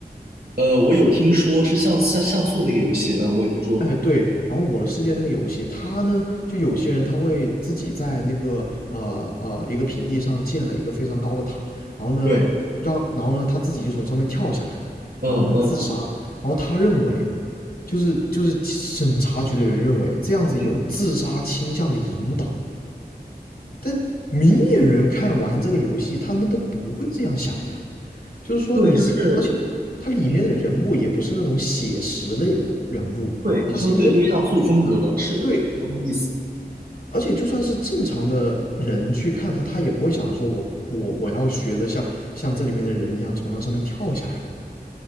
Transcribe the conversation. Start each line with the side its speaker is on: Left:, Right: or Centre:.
Right: 呃，我有听说是像像像素那个游戏，嗯，我有听说。
Left: 哎，对，然后《我的世界》那个游戏，它呢，就有些人他会自己在那个呃呃一个平地上建了一个非常高的塔，然后呢，
Right: 对，
Left: 让然后呢他自己就从上面跳下来，
Right: 嗯嗯
Left: 然后呢自杀，然后他认为，就是就是审查局的人认为这样子有自杀倾向的引导，
Right: 嗯，
Left: 但明眼人看完这个游戏，他们都不会这样想的呀，就是说你是，
Right: 对，就是，
Left: 而且它里面的人物也不是那种写实类的文人物，
Right: 嗯，对，
Left: 它是一个。
Right: 你说的对，就是像素风格，是的，
Left: 对，
Right: 我懂你意思。
Left: 而且就算是正常的人去看他，他也不会想着说我我我要学的像像这里面的人一样从那上面跳下来吧。